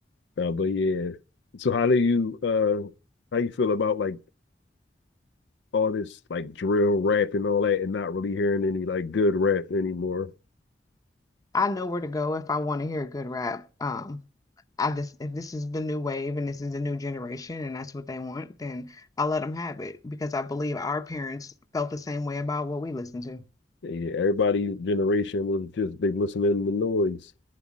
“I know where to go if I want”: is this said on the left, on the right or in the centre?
Left